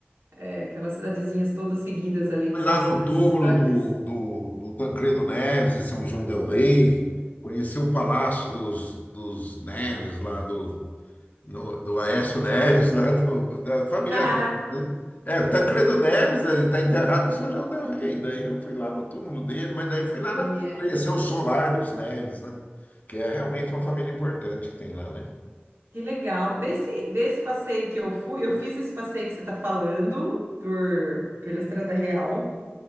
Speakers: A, on the right; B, on the left.
A: é, aquelas cidadezinhas todas seguidas ali
B: foi
A: que são
B: lá
A: as
B: no
A: cidades
B: túmulo
A: históricas.
B: do, do, do Tancredo Neves em São João del Rei, conheceu o Palácio dos, dos Neves lá do no- do Aécio Neves lá do- da família
A: <laughs>
B: Neves, né? É, o Tancredo Neves, ele está enterrado em São João del Rei. Daí eu fui lá no túmulo dele, mas daí fui lá
A: Ele
B: na-
A: é.
B: conhecer o solar dos Neves, né? Que é realmente uma família importante que tem lá, né?
A: Que legal. Desse, desse passeio que eu fui, eu fiz esse passeio que você está falando por, pela Estrada Real,